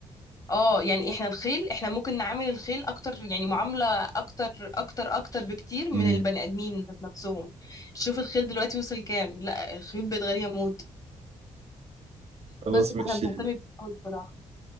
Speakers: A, on the left (about 25°); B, on the right (about 45°).
A: اه يعني احنا الخيل احنا ممكن نعامل الخيل اكتر يعني معاملة اكتر اكتر اكتر بكتير من
B: مم.
A: البني ادمين ذات نفسهم شوف الخيل دلوقتي وصل كام لا الخيول بقت غالية موت
B: خلاص
A: بس
B: ماشي
A: فاحنا بنهتم بيه أوي بصراحة